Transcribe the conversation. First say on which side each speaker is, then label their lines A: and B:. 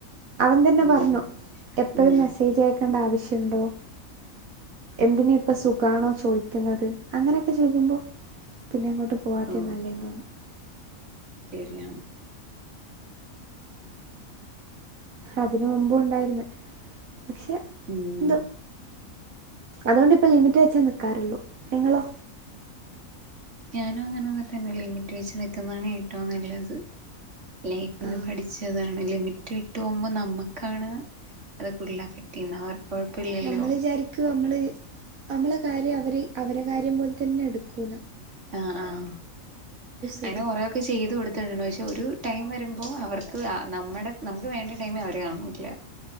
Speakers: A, on the right; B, on the right.
A: അവൻ തന്നെ
B: ഓ
A: പറഞ്ഞു. എപ്പഴും
B: ഉം
A: മെസ്സേജ് അയക്കണ്ട ആവശ്യംണ്ടോ. എന്തിന് ഇപ്പൊ സുഖണോ ചോയി ക്കുന്നത് അങ്ങനെക്കെ ചോയി ക്കുമ്പോ. പിന്നെ അങ്ങോട്ട് പോവാത്തെ
B: ഓ
A: നല്ലെ തോന്നി.
B: ശരിയാണ്.
A: അതിന് മുമ്പ്ണ്ടായിര്ന്ന് പക്ഷെ
B: ഉം
A: ന്തോ. അതോണ്ടിപ്പൊ. ലിമിറ്റ് വെച്ചെ നിക്കാറുള്ളോ നിങ്ങളോ?
B: ഞാനും അങ്ങനെയൊക്കെ തന്നെ ലിമിറ്റ് വെച്ച് നിൽക്കുന്നതാണ് ഏറ്റവും നല്ലത് ലൈഫിന്ന്
A: ആഹ്
B: പഠിച്. താണ് ലിമിറ്റ് വിട്ട് പോകുമ്പോൾ നമ്മുക്കാണ് അത് ഫുൾ എഫക്റ്റ് ചെയ്യുന്ന അവർക്ക് കൊഴപ്പില്ലല്ലോ
A: നമ്മൾ വിചാരിക്കും നമ്മള് അമ്മളെ കാര്യം അവര് അവരെ കാര്യം പോലെ തന്നെ എടുക്കൂന്നു.
B: ആ ആഹ അങ്ങനെ
A: ചെയ്യും
B: കൊറെക്കെ ചെയ്ത് കൊടുത്തിട്ടുണ്ട് പക്ഷെ ഒരു ടൈം വരുമ്പോൾ അവർ നമ്മുടെ നമുക്ക് വേണ്ട ടൈമ് അവരെ കാണുല്ല